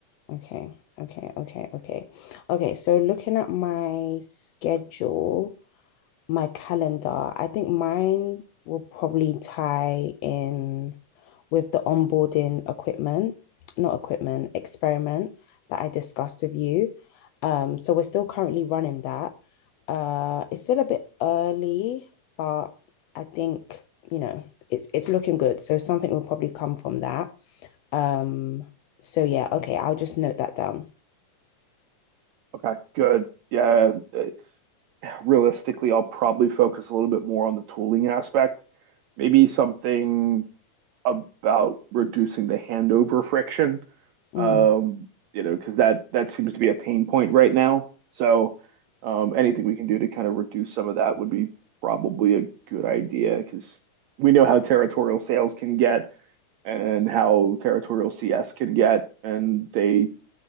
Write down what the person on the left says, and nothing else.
okay, okay, okay, okay. Okay, so looking at my schedule, my calendar, I think mine will probably tie in with the onboarding equipment, not equipment, experiment that I discussed with you. Um, so we're still currently running that. Uh, it's still a bit early, but I think, you know, it's it's looking good. So something will probably come from that. Um, so yeah, okay, I'll just note that down.
Mm,